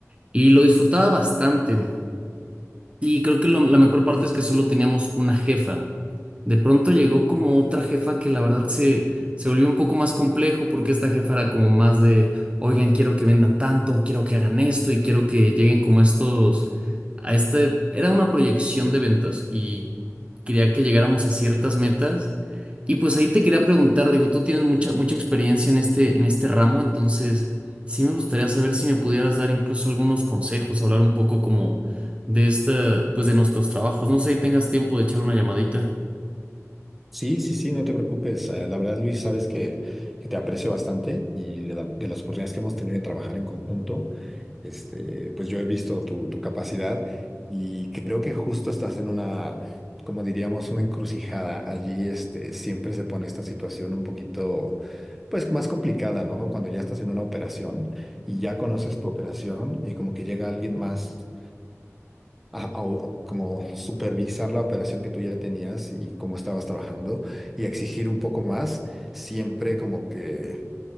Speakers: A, on the right; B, in the centre.
A: y lo disfrutaba bastante. Y creo que lo- la mejor parte es que solo teníamos una jefa. De pronto llegó como otra jefa que la verdad se, se volvió un poco más complejo porque esta jefa era como más de, oigan, quiero que vendan tanto, quiero que hagan esto y quiero que lleguen como estos, a este, era una proyección de ventas y quería que llegáramos a ciertas metas. Y pues ahí te quería preguntar, digo, tú tienes mucha, mucha experiencia en este, en este ramo, entonces sí me gustaría saber si me pudieras dar incluso algunos consejos, hablar un poco como de esta, pues de nuestros trabajos. No sé si tengas tiempo de echar una llamadita.
B: Sí, sí, sí, no te preocupes. Eh, La verdad, Luis, sabes que, que te aprecio bastante y de, la- de las oportunidades que hemos tenido de trabajar en conjunto, este, pues yo he visto tu, tu capacidad y creo que justo estás en una, como diríamos, una encrucijada. Allí, este, siempre se pone esta situación un poquito, pues más complicada, ¿no? Cuando ya estás en una operación y ya conoces tu operación y como que llega alguien más a- a- o- como supervisar la operación que tú ya tenías y cómo estabas trabajando y exigir un poco más, siempre como que,